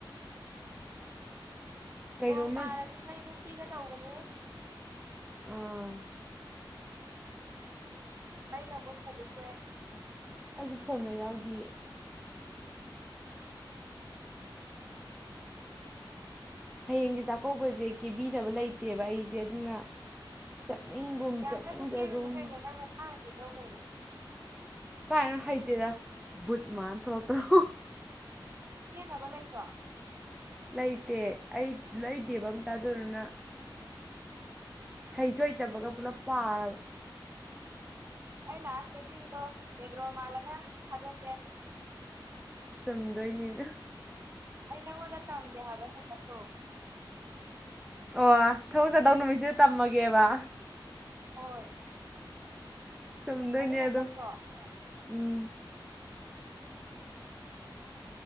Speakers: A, in the centre; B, on the right.
A: ꯀꯩꯅꯣꯝꯃ
B: ꯅꯣꯡ ꯇꯥꯔꯗꯤ ꯃꯩ ꯃꯨꯠꯄꯤꯒ ꯇꯧꯕꯅꯦ
A: ꯑꯥ
B: ꯃꯩꯒ ꯃꯨꯠꯈ꯭ꯔꯗꯤ ꯇꯣꯛꯑꯦ
A: ꯑꯩꯁꯨ ꯐꯣꯟ ꯃꯩ ꯌꯥꯎꯗꯤꯌꯦ ꯍꯌꯦꯡꯁꯦ ꯆꯥꯛꯀꯧꯕꯁꯦ ꯀꯦꯕꯤꯅꯕ ꯂꯩꯇꯦꯕ ꯑꯩꯁꯦ ꯑꯗꯨꯅ ꯆꯠꯅꯤꯡꯒꯨꯝ
B: ꯌꯥꯝ
A: ꯆꯠꯅꯤꯡꯗꯒꯨꯝ
B: ꯀꯟꯅ ꯀꯦꯔꯨꯅꯨ ꯀꯩꯅꯣ ꯅꯪ ꯅꯁꯥꯅ ꯀꯦꯖꯧ ꯀꯩꯅꯣ
A: ꯀꯥꯏꯅꯣ ꯍꯩꯇꯦꯗ ꯕꯨꯠ ꯃꯥꯜꯂ ꯊꯣꯂꯛꯇꯅ
B: ꯀꯦꯅꯕ ꯂꯩꯇ꯭ꯔꯣ
A: ꯂꯩꯇꯦ ꯑꯩ ꯂꯩꯗꯦꯕ ꯑꯝꯇ ꯑꯗꯨꯗꯨꯅ ꯍꯩꯁꯨ ꯍꯩꯇꯕꯒ ꯄꯨꯂꯞ ꯄꯥꯔꯕ
B: ꯑꯩ ꯂꯥꯛꯑ ꯀꯦꯕꯤꯌꯨꯔꯣ ꯅꯦꯒ꯭ꯔꯣ ꯃꯥꯜꯂꯒ ꯊꯗꯣꯛ ꯀꯦ
A: ꯆꯨꯝꯗꯣꯏꯅꯤꯅ
B: ꯑꯩ ꯅꯪꯉꯣꯟꯗ ꯇꯝꯒꯦ ꯍꯥꯢꯕ ꯃꯦꯀꯞꯇꯣ
A: ꯑꯣ ꯊꯕꯛ ꯆꯥꯗꯧ ꯅꯨꯃꯤꯠꯁꯤꯗ ꯇꯝꯃꯒꯦꯕ
B: ꯍꯣꯏ
A: ꯁꯗꯣꯏꯅꯤꯗꯣ
B: ꯑꯗꯨꯅ ꯐꯠꯇ꯭ꯔꯣ
A: ꯎꯝ